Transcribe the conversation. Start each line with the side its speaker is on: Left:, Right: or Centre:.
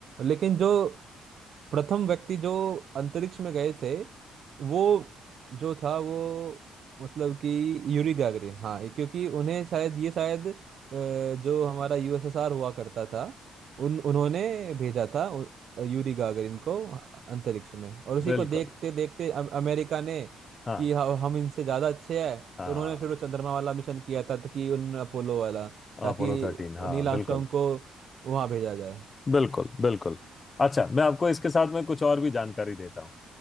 Right: लेकिन जो प्रथम व्यक्ति जो अंतरिक्ष में गए थे वो जो था वो मतलब कि यूरी गैगरिन हाँ ये- क्योंकि उन्हें शायद ये शायद अ, जो हमारा यूएसएसआर हुआ करता था उन उन्होंने भेजा था उ- यूरी गागरिन को अंतरिक्ष में और उसी
Left: बिल्कुल
Right: को देखते देखते अ- अमेरिका ने
Left: हाँ
Right: कि ह- हम इनसे ज़्यादा अच्छे हैं
Left: हाँ
Right: तो उन्होंने फिर वो चंद्रमा वाला मिशन किया था ताकि उन अपोलो वाला ताकि
Left: अपोलो थर्टीन हाँ
Right: नील आर्मस्ट्रॉन्ग
Left: बिल्कुल
Right: को वहाँ भेजा जाए
Left: बिल्कुल बिल्कुल अच्छा मैं आपको इसके साथ में कुछ और भी जानकारी देता हूँ